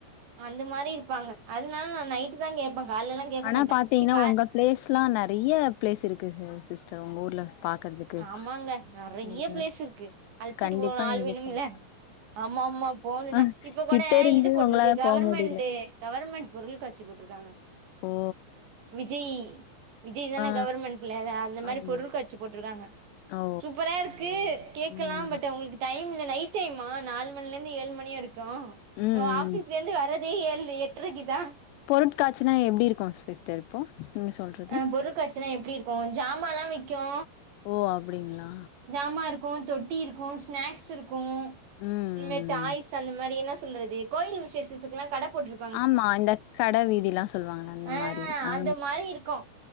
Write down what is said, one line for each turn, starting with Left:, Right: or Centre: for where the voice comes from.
Right: அந்த மாரி இருப்பாங்க அதுனால நா நைட்டுதா கேப்பே கால்லலா கேக்க
Left: ஆனா
Right: மாட்டே
Left: பாத்தீங்கனா
Right: சி கா
Left: உங்க பிளேஸ்லா நெறைய பிளேஸ் இருக்கு சிஸ்டர் உங்க ஊர்ல பாக்குறதுக்கு
Right: ஆமாங்க நறைய
Left: நீங்க
Right: பிளேஸ் இருக்கு அல்சீட்டு
Left: கண்டிப்பா
Right: போக ஆள்
Left: நீங்க
Right: வேணுல
Left: பாக்கலா
Right: ஆமா ஆமா போணு
Left: ஆ
Right: தா இப்ப கூட
Left: கிட்ட இருந்து
Right: இது போட்ருக்கு
Left: உங்களால
Right: கவர்மெண்டு
Left: போ முடியல
Right: கவர்மெண் பொருள்காட்சி போட்ருகாங்க
Left: ஓ
Right: விஜெய் விஜய் தான
Left: ஆ
Right: கவர்மெண்ட்ல அந்த மாரி
Left: ஆமா
Right: பொருள் காட்சி போட் ருக்காங்க
Left: ஓ
Right: சூப்பரா இருக்கு கேக்கலா
Left: ம்
Right: பட் அ வுங்ளுக்கு டைம் இல்ல நைட் டைமா நாலு மணிலருந்து ஏழு மணிவரிக் கு
Left: ம்
Right: ஆபீஸ்லருந்து வரதே ஏழு எட்ரைக்குதா
Left: பொருட்காட்சினா எப்டி இருக்கு சிஸ்டர் இப்போ நீங்க சொல்றது
Right: அ பொருட்காட்சினா எப்டி இருக்கு ஜாமாலா விக்கு
Left: ஓ அப்டிங்களா
Right: ஜாமா இருக்கு தொட்டி இருக்கு ஸ்நாக்ஸ் இருக் கு
Left: ம்
Right: இந்த டாய்ஸ்
Left: ம்
Right: அந்த மாரி என்ன சொல்றது கோயில் விசேஷத்துக்லா கட போட்ரு
Left: ஆமா இந்த கடை வீதிலா சொல்வாங்கள அந்த
Right: ஆ
Left: மாரி ஆ
Right: அந்த மாரி இருக்கு